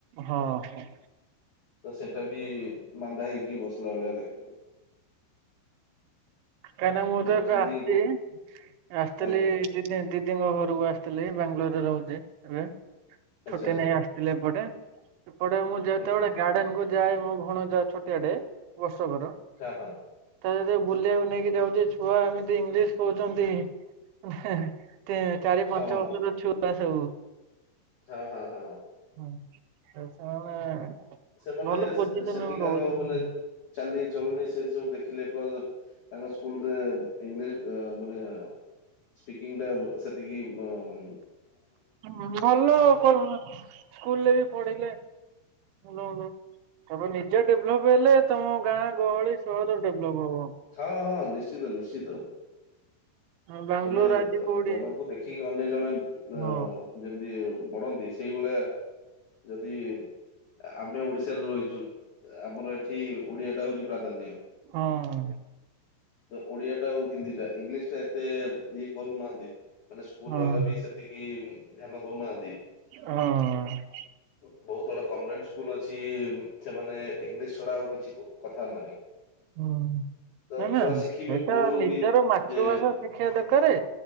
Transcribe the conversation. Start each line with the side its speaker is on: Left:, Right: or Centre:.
Right: ହଁ ହଁ।
Left: ତ ସେଟା ବି ମାନ୍ଦା ହେଇକି ବସିଲା ଭଳିଆ ଲାଗି।
Right: କାହିଁକ ନା ମୁଁ
Left: ମାନେ
Right: ତ ଏବେ
Left: ଖାଲି
Right: ଆସିଛି
Left: ଗୋ
Right: ଆସି
Left: ଆଜ୍ଞା।
Right: <unintelligible> ଦି ଦିଦିଙ୍କ ଘରକୁ ଆସିଥିଲି ବାଙ୍ଗାଲୋରରେ ରହୁଛି ଏବେ।
Left: ଆଚ୍ଛା,
Right: ଛୁଟି
Left: ଆଚ୍ଛା।
Right: ନେଇ ଆସିଥିଲେ ଏପଟେ ଏପଟେ ମୁଁ ଯେତେବେଳେ
Left: ହୁଁ, ହୁଁ।
Right: ଗାର୍ଡେନ କୁ ଯାଏ ମୋ ଭଣଯା ଛୋଟିଆଟେ ବର୍ଷକର।
Left: ହଁ ହଁ।
Right: ତା ସହିତ ବୁଲିବାକୁ ନେଇକି ଯାଉଛି ଛୁଆ ଏମିତି ଇଂଲିଶ କହୁଛନ୍ତି। ହେ ତେ ଚାରି
Left: ହଁ,
Right: ପାଞ୍ଚ ବର୍ଷର ଛୁଆ ସବୁ।
Left: ହଁ ହଁ ହଁ।
Right: ହୁଁ ସେମାନେ
Left: ସେମାନେ
Right: ଭଲ ପୋଜିସନ
Left: ସେଠିକାର
Right: ରହୁଛନ୍ତି।
Left: ମାନେ ଚାଲି ଚଳୁଣି ସେ ସବୁ ଦେଖିଲେ ପ୍ଲସ୍ ତାଙ୍କ ସ୍କୁଲରେ ଇଂଲିଶ ମାନେ ସ୍ପିକିଙ୍ଗଟା ସେତିକି ବନ୍
Right: ହୁଁ ଭଲ କରୁନ ସ୍କୁଲରେ ବି ପଢିଇଲେ ଭଲ ଭଲ। ତମେ ନିଜେ ଡେଭଲପ୍ ହେଲେ ତମ ଗାଁ ଗହଳି ସହର ଡେଭଲପ୍ ହବ।
Left: ହଁ ହଁ ନିଶ୍ଚିତ ନିଶ୍ଚିତ।
Right: ହଁ ବାଙ୍ଗାଲୋର
Left: ମାନେ
Right: ଆଜି କୋଉଠି
Left: ଜଣଙ୍କୁ ଦେଖିକି ଅନ୍ୟ ଜଣେ
Right: ହଁ
Left: ଅ ଯେମିତି ବଢ଼ନ୍ତି ସେଇଭଳିଆ ଯଦି ଆମେ ଓଡିଶାରେ ରହିଚୁ ଆମର ଏଠି ଓଡିଆଟା ହଉଚି ପ୍ରାଧାନ୍ୟ।
Right: ହଁ।
Left: ତ ଓଡିଆ ଟା ଆଉ ହିନ୍ଦୀ ଟା ଇଂଲିଶ ଟା ଏତେ ଇଏ କରୁନାହାନ୍ତି। ମାନେ ସ୍କୁଲ
Right: ହଁ
Left: ବାଲା ବି ସେତିକି ଧ୍ୟାନ ଦଉନାହାନ୍ତି।
Right: ହଁ।
Left: ହ। ବହୁତ ଆଡା କନଭେଣ୍ଟ୍ ସ୍କୁଲ ଅଛି ସେମାନେ ଇଂଲିଶ ଛଡା ଆଉ କିଛି କୁ କଥା ନାହିଁ।
Right: ହୁଁ
Left: ତ
Right: ନା
Left: ଛୁଆ
Right: ନା
Left: ଶିଖିବେ
Right: ସେଇଟା
Left: ମୂଳରୁ
Right: ନିଜର
Left: ହିଁ
Right: ମାତୃଭାଷା
Left: ଯେ
Right: ସେ ଶିଖିବା ଦରକରେ।